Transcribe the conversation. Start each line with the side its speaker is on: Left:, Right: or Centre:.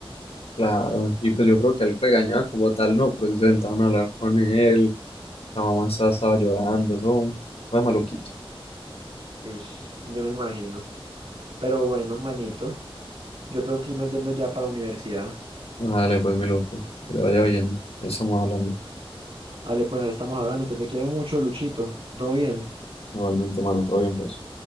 Left: Claro, y pues yo creo que él regañaba como tal, no, pero sí se sentaban a hablar con él. La mamá estaba, estaba llorando, eso fue maluquito.
Right: Ish, yo me imagino. Pero bueno, manito, yo tengo que irme yendo ya para la universidad.
Left: dale pues mi loco, que le vaya bien. Ahí estamos hablando.
Right: Vale, pues ahí estamos hablando. Usted te quiere mucho, Luchito. ¿Todo bien?
Left: Igualmente, mano, todo bien, pues.